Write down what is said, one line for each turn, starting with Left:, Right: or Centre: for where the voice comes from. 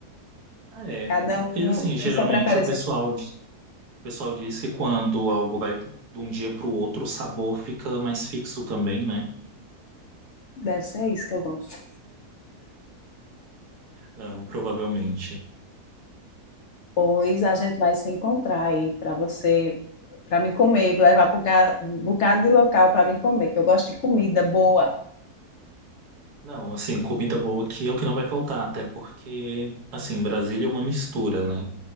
Right: Ah, é.
Left: Cada um
Right: Porque assim, geralmente
Left: tem sua preferência.
Right: o pessoal, o pessoal diz que quando algo vai de um dia para o outro, o sabor fica mais fixo também, né?
Left: Deve ser isso que eu gosto.
Right: Não, provavelmente.
Left: Pois a gente vai se encontrar aí para você, para mim comer, levar para um ca- um bocado de local para mim comer, que eu gosto de comida boa.
Right: Não, assim, comida boa aqui é o que não vai faltar, até porque, assim, Brasília é uma mistura, né?